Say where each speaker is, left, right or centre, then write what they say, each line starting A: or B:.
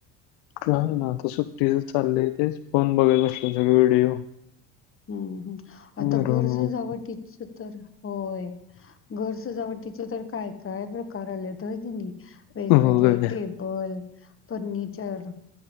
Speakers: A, on the left (about 65°); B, on the left (about 30°).
A: काय ना. तसं टि चाललंय ते. फण बघाल कसले सगळे व्हिडिओ..
B: हम्म हम्म आता
A: मिरवणूक
B: घर सजावटीच तर. होय घर सजावटीच तर काय काय प्रकार आलेत आहे की नाही. वेगवेगळे
A: वगैरे
B: टेबल फर्नीचर. <unintelligible>